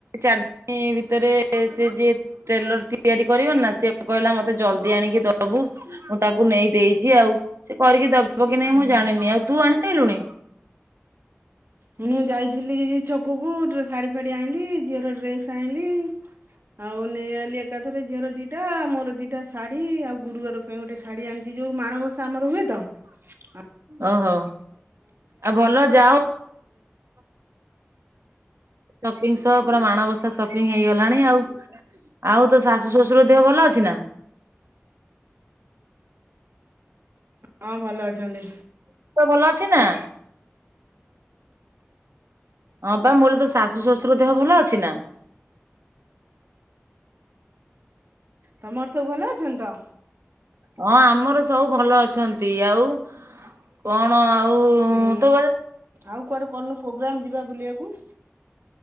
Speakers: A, on the right (about 75°); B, on the right (about 55°).
A: ଚାର୍ ଇଁ ଭିତରେ ସେ ଯିଏ ଟେଲର ତିଆରି କରିବନି ନାଁ ସିଏ କହିଲା ମତେ ଜଲ୍ଦି ଆଣିକି ଦବୁ ମୁଁ ତାକୁ ନେଇ ଦେଇଚି ଆଉ ସେ କରିକି ଦ ବ କି ନାହିଁ
B: ହୁଁ
A: ମୁଁ ଜାଣିନି। ଆଉ ତୁ ଆଣି ସାଇଲୁଣି?
B: ହୁଁ ଯାଇଥିଲି ଛକୁକୁ ଗ୍ରେ ଶାଢୀ ଫାଢୀ ଆଇଁଲି ଝିଅର ଡ୍ରେସ ଆଇଁଲି ଆଉ ନେଇଗଲି ଏକାଥରେ ଝିଅର ଦିଟା ମୋର ଦିଟା ଶାଢୀ ଆଉ ଗୁରୁବାର ପାଇଁ ଗୋଟେ ଶାଢୀ ଆଣିଚି ଯୋଉ ମାାଣବ ଆମର ହୁଏ ତ ଆ
A: ଓ ହୋ ଆଉ ଭଲ ଯାଅ ସପିଂ ସହ ପୁରା ମାଣବସା ସପିଙ୍ଗ ହେଇଗଲାଣି ଆଉ। ଆଉ ତୋ ଶାଶୁ ଶଶୁର ଦେହ ଭଲ ଅଛି ନାଁ?
B: ହଁ ଭଲ ଅଛନ୍ତି
A: ଭଲ ଅଛି ନା
B: ଅ
A: ହଁ ପା ମୁଁ କହିଲି ତୋ ଶାଶୁ ଶଶୁର ଦେହ ଭଲ ଅଛି ନା?
B: ତମର ସବୁ ଭଲ ଅଛନ୍ତି ତ?
A: ହଁ ଆମର ସବୁ ଭଲ ଅଛନ୍ତି ଆଉ କଣ ଆଉ
B: ହୁଁ
A: ତୋ
B: ଆଉ କୁଆଡେ କରୁନୁ ପ୍ରୋଗ୍ରାମ ଯିବା ବୁଲିଆକୁ।